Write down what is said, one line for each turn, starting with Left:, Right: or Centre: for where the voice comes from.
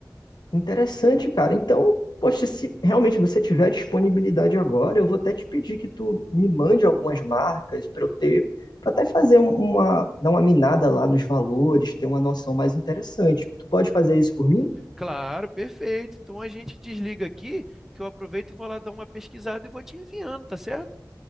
Left: Interessante, cara. Então, poxa, se realmente você tiver disponibilidade agora, eu vou até te pedir que tu me mande algumas marcas para eu ter, para até fazer um- uma, dar uma minada lá nos valores, ter uma noção mais interessante. Tu pode fazer isso por mim?
Centre: Claro, perfeito. Então a gente desliga aqui, que eu aproveito e vou lá dar uma pesquisada e vou te enviando, tá certo?